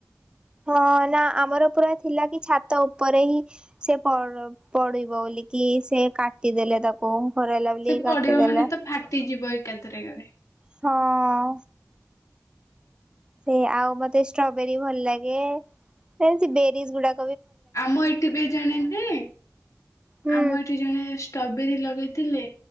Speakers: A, on the right; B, on the left.
A: ହଁ ନା ଆମର ପୁରା ଥିଲା କି ଛାତ ଉପରେ ହିଁ ସେ ପଡ଼ ପଡିବ ବୋଲିକି ସେ କାଟିଦେଲେ ତାକୁ। ଘର ହେଲା ବୋଲି
B: ସେ
A: କାଟିଦେଲେ।
B: ପଡିବ ମାନେ ତ ଫାଟିଯିବ। କେତେରେଖରେ।
A: ହଁ। ସେ ଆଉ ମତେ ଷ୍ଟ୍ରବେରୀ ଭଲ ଲାଗେ ବେରି ଗୁଡା
B: ଆମ ଏଠି ବି ଜଣେ ନୁହେ
A: ହୁଁ
B: ଆମ ଏଠି ଜଣେ ଷ୍ଟ୍ରବେରୀ ଲଗେଇଥିଲେ।